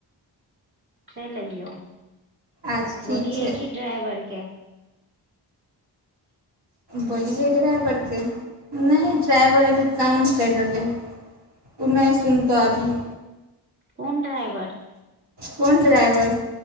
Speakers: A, on the right; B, on the right.
A: चलइयो
B: आज ठीक
A: बोलिये
B: छै
A: की ड्राइवर के
B: बोलियै ड्राइवरके नहि ड्राइवर अभी काम करि रहलै ओ नहि सुनतऽ अभी
A: कोन ड्रइभर
B: कोन ड्राइवर